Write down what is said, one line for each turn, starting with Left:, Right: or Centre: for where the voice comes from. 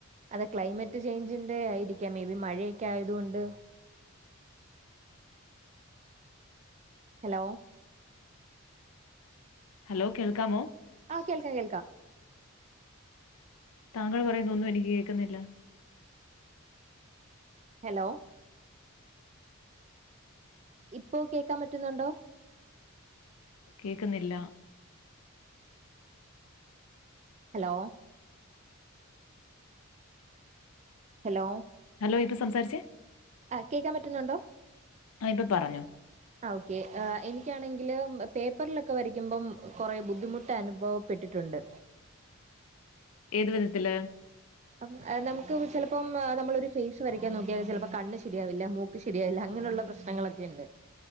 Right: അതെ ക്ലൈമറ്റ് ചേഞ്ചിന്റെ ആയിരിക്കാം മേ ബി മഴയൊക്കെ ആയതുകൊണ്ട്. ഹലോ
Left: ഹലോ കേൾക്കാമോ?
Right: ആഹ് കേൾക്കാം കേൾക്കാം.
Left: താങ്കൾ പറയുന്ന ഒന്നും എനിക്ക് കേൾക്കുന്നില്ല.
Right: ഹലോ ഇപ്പോ കേൾക്കാൻ പറ്റുന്നുണ്ടോ?
Left: കേക്കുന്നില്ല
Right: ഹലോ ഹലോ
Left: ഹലോ ഇപ്പ സംസാരിച്ചേ.
Right: ആഹ് കേൾക്കാൻ പറ്റുന്നുണ്ടോ.
Left: ആഹ് ഇപ്പൊ പറഞ്ഞോ.
Right: ആഹ് ഓക്കേ എനിക്കാണെങ്കില് പേപ്പറിലൊക്കെ വരയ്ക്കുമ്പം കുറെേ ബുദ്ധിമുട്ട് അനുഭവ പ്പെട്ടിട്ടുണ്ട്.
Left: ഏത് വിധത്തില്.
Right: അഹ് നമുക്ക് ചിലപ്പോം നമ്മളൊരു ഫേസ് വരക്കാൻ നോക്കിയാൽ ചിലപ്പോ കണ്ണ് ശരിയാവില്ല മൂക്ക്. ശരിയാവില്ല അങ്ങനെയുള്ള പ്രശ്നങ്ങളൊക്കെ ഉണ്ട്.